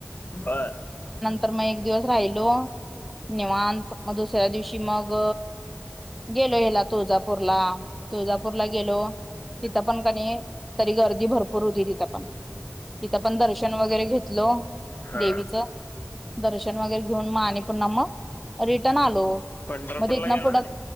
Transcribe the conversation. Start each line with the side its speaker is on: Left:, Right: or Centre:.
Left: बर
Centre: तर मग एक दिवस राहिलो निवांत मग दुसऱ्या दिवशी मग गेलो हला तुळजापूरला तुळजापूरला गेलो तिथं पण कणी तरी गर्दी भरपूर होती तिथं पण तिथं पण दर्शन वगैरे घेतल
Left: हा
Centre: देवीच दर्शन वगैरे घेऊन मग आणि पुन्हा मग रिटर्न आलो
Left: पंढरपूरला
Centre: मध्ये इथ ना
Left: गेला
Centre: पुढं